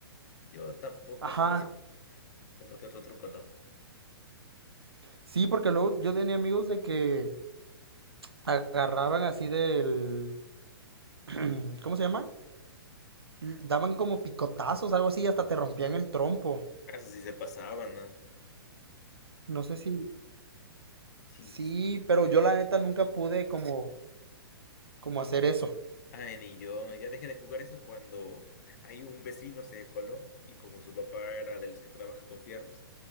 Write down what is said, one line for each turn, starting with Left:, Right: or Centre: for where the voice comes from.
Left: Yo tampoco
Right: Ajá.
Left: solo sa- uno que otro truco, ¿no?
Right: Sí, porque luego yo tenía amigos de que agarraban así del. <clears throat> ¿Cómo se llama? Mm, Daban como picotazos, algo así, y hasta te rompían el trompo.
Left: Eso sí se pasaban, ¿no?
Right: No sé si...
Left: Sí,
Right: Sí, pero yo la neta nunca pude como, como hacer eso.
Left: Ay, ni yo, ya dejé de jugar eso cuando ahí un vecino se coló y como su papá era de los que trabajan con fierros,